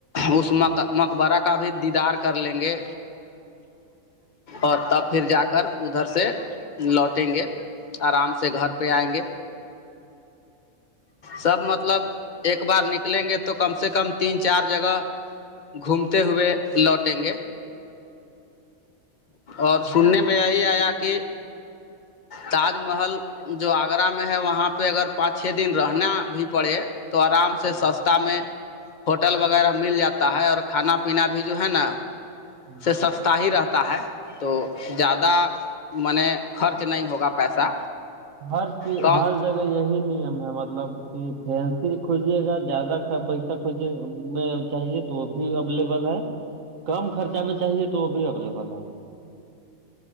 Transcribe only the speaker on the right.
ہاں
ہوں،
ہوں۔
ہر چیز
ہر جگہ یہی نعمت ہے ہم مطلب کہ فینسی کھجیے گا زیادہ پیسہ کھجیے میں چاہیے تو وہ بھی اویلیبل ہے کم خرچہ میں چاہیے تو وہ بھی اویلیبل ہے